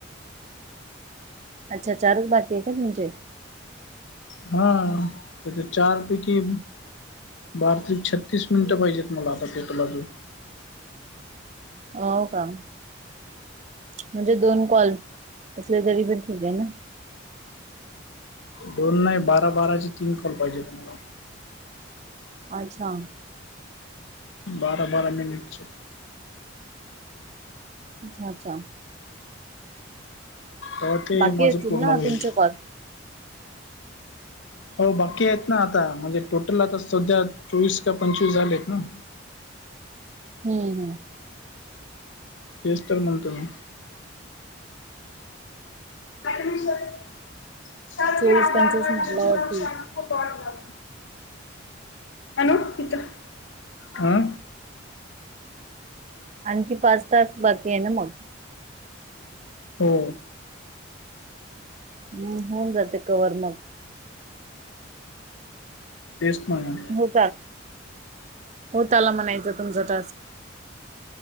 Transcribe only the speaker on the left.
हा त्याच्या चार पैकी बार त्रिक छत्तीस मिनिटं पाहिजेत मला आता तेटलाजून
दोन नाही बारा, बाराचे तीन कॉल पाहिजेत मला
बारा, बारा मिनिटचे
हो ते
माझं
पूर्ण
होईल
हो बाकी आहेत ना आता म्हणजे टोटल आता सध्या चोवीस का पंचवीस झाले आहेत ना
तेच तर म्हणतो मी काही म्हंटलं सांग
की आधार
कार्ड
चे झेरॉक्स आण आणू इथं आ
हो
तेच म्हणलं